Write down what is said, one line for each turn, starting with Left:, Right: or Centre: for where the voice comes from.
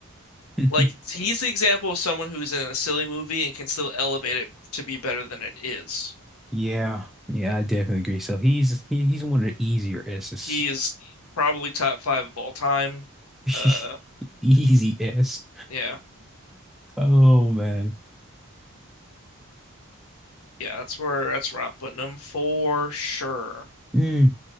Centre: <laughs>
Left: Like he's the example of someone who's in a silly movie and can still elevate it to be better than it is.
Centre: Yeah, yeah, I definitely agree. So he's he, he's one of the easier S's.
Left: He is probably top five of all time.
Centre: <laughs>
Left: Uh,
Centre: Easy S.
Left: yeah,
Centre: Oh man.
Left: yeah, that's where that's where I'm putting him for sure.
Centre: Mm,